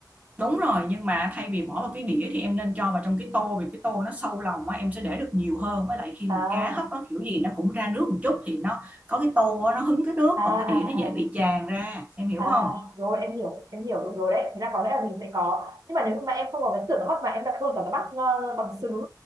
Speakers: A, on the right; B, on the right.
A: đúng rồi nhưng mà thay vì bỏ vào cái đĩa thì em nên cho vào trong cái tô vì cái tô nó sâu lòng á em sẽ để được nhiều hơn với lại khi
B: à
A: mà cá hấp nó kiểu gì nó cũng ra nước một chút thì nó có cái tô á, nó hứng cái nước còn
B: à
A: cái đĩa
B: à
A: nó dễ
B: à
A: bị tràn ra em hiểu
B: à
A: không
B: rồi em hiểu em hiểu được rồi đấy thế là có nghĩa là mình sẽ có nhưng mà nếu mà em không có cái xưởng hấp mà em đặt luôn cả cái bát ờ, bằng sứ